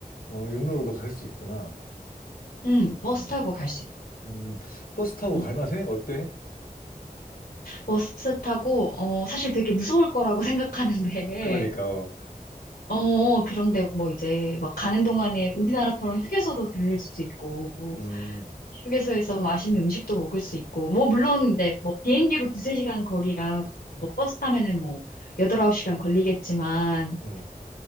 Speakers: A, on the left (about 70°); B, on the left (about 85°).
A: 어, 육로로도 갈 수 있구나.
B: 응, 버스
A: 음,
B: 타고 갈 수 있어.
A: 음, 버스 타고
B: 어,
A: 갈만해? 어때?
B: 버스 타고, 어, 사실 되게 무서울 거라고 <laughs> 생각하는데,
A: 그러니까, 어.
B: 어, 그런데 뭐 이제 막 가는 동안에 우리나라처럼 휴게소도 들릴 수 있고,
A: 음,
B: 휴게소에서 맛있는 음식도 먹을 수 있고, 뭐, 물론 이제 뭐 비행기로 두세 시간 거리라, 뭐
A: 음,
B: 버스 타면은 뭐 여덟, 아홉 시간 걸리겠지만,
A: 음,